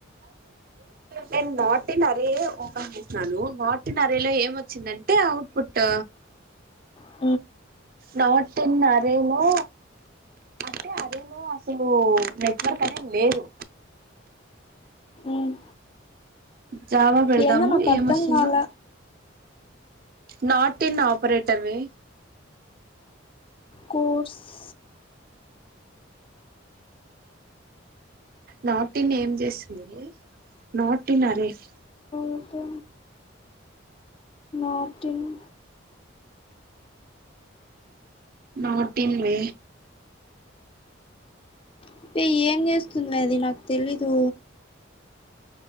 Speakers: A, on the right (about 45°); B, on the left (about 25°).
A: నేను నాటిన్ అరే ఓపెన్ చేసినను నాటిన్ అరేలో ఏం వచ్చిందంటే అవుట్ పుట్
B: అ
A: నాట్ ఇన్ అరే లో అంటే అరెలో అసలు నెట్వర్క్ అనే లేదు
B: ఉమ్
A: జావ పెడదామ
B: ఏందో నాకు అర్థం
A: ఏమొస్తుందో
B: కాల
A: నాట్ ఇన్ ఆపరేటర్ వే
B: కోర్స్
A: నాటిన్ ఏం చేసిందే నాటిన్ అరేస్
B: అంటే ఆటింగ్
A: నాటిన్ వే
B: అంటే ఏం చేస్తుందే అది నాకు తెలీదు